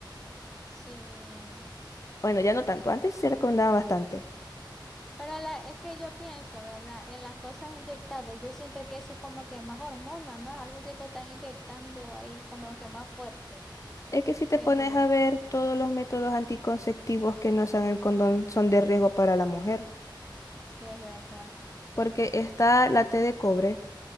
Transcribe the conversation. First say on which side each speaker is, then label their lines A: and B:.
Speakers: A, in the centre; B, on the left.
A: Sí,
B: Bueno, ya no tanto, antes sí se recomendaban bastante.
A: para la, es que yo pienso, ¿verdad? En las cosas inyectadas, yo siento que eso es como que más hormona, ¿no? Algo que te están inyectando ahí como que más fuerte,
B: Es que si
A: siento
B: te pones
A: yo,
B: a ver, todos los métodos anticonceptivos que no sean el condón son de riesgo para la mujer,
A: sí es verdad,
B: porque está la T de cobre,